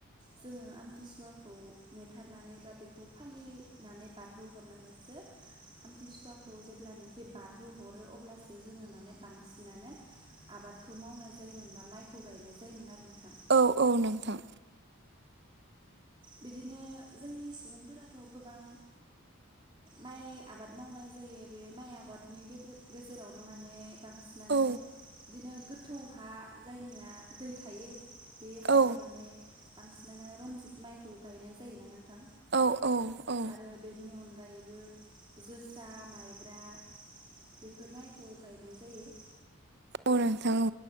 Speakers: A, on the right; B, on the right.
A: जोङो आमथिसुवाखौ नेथारनानै बा बेखौ फालिनानै बारहोहर हरनानै आमथिसुवाखौ जेब्लानोखि बारहोहरो अब्लासो जोङो माने बांसिनानो आबादखौ मावनाय जायोमोन बा माइखौ गायनाय जायोमोन आरो नोंथां
B: औ औ नोंथां
A: बिदिनो जोंनि सुबुंफोराथ गोबां माइ आबाद मावनाय जायो बे माइ आबादनि गेजेरावनो माने बांसिनानो
B: औ
A: बिदिनो गोथौ हा जायनिया दै थायो। बे हायाव
B: औ
A: माने बांसिनानो रनजित माइखौ गायनाय जायोना नों? थां
B: औ औ औ
A: आरो बेनि अनग गायैबो जोसा माइब्रा बेफोर माइखौ गायनाय जायो।
B: औ नोंथां औ